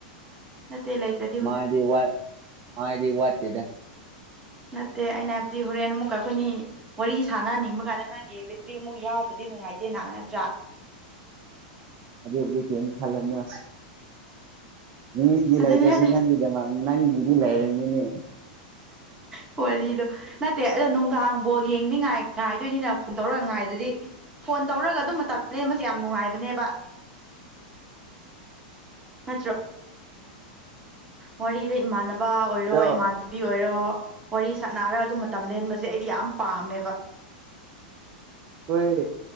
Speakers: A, on the right; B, on the right.
A: ꯃꯠꯇꯂꯗꯦ
B: ꯃꯥꯗꯤ ꯋꯥ ꯃꯥꯗꯤ ꯍ ꯋꯥꯠꯗ
A: ꯅꯠꯇꯦ ꯑꯩꯅ ꯍꯥꯏꯕꯗꯤ ꯍꯣꯔꯦꯟ ꯑꯃꯨꯛꯀ ꯑꯩꯈꯣꯏꯅꯤ ꯋꯥꯔꯤ ꯁꯥꯟꯅꯍꯟꯅꯤꯡꯕ ꯀꯥꯟꯗ ꯅꯪꯒꯤ ꯕꯦꯇ꯭ꯔꯤ ꯑꯃꯨꯛ ꯌꯥꯎꯕꯗꯨꯗꯤ ꯅꯨꯡꯉꯥꯏꯇꯦꯅ ꯅꯠꯇ꯭ꯔꯥ
B: ꯑꯗꯨꯕꯨꯗꯤ ꯀꯩꯝ ꯈꯜꯂꯅꯣ ꯃꯤꯒꯤ ꯂꯩꯇ꯭ꯔꯁꯨ
A: ꯑꯗꯨꯅꯦ ꯍꯥꯏꯗꯤ
B: ꯅꯪꯒꯤꯗꯃ ꯅꯪꯒꯤꯗꯤ ꯂꯩꯔꯅꯤꯅꯦ
A: ꯍ ꯋꯥꯔꯤꯗꯣ ꯅꯠꯇꯦ ꯑꯗꯣ ꯅꯨꯡꯗꯥꯡ ꯕꯣꯜ ꯌꯦꯡꯅꯤꯡꯉꯥꯏ ꯉꯥꯏꯗꯣꯏꯅꯤꯅ ꯐꯣꯟ ꯇꯧꯔꯛ ꯉꯥꯏꯗꯗꯤ ꯐꯣꯟ ꯇꯧꯔꯒ ꯑꯗꯨꯝ ꯃꯇꯝꯅꯦ ꯃꯁꯤ ꯌꯥꯝ ꯅꯨꯡꯉꯥꯏꯕꯅꯦꯕ ꯃ ꯆ ꯋꯥꯔꯤꯗ ꯏꯃꯥꯟꯅꯕ ꯑꯣꯏꯔꯣꯥꯟ
B: ꯑꯗꯣ
A: ꯥꯕꯤ ꯑꯣꯏꯔꯣ ꯋꯥꯔꯤ ꯁꯅꯔꯒ ꯑꯗꯨꯝ ꯃꯇꯝ ꯂꯦꯟꯕꯁꯦ ꯑꯩꯗꯤ ꯌꯥꯝ ꯄꯥꯝꯃꯦꯕ
B: ꯍꯣꯏ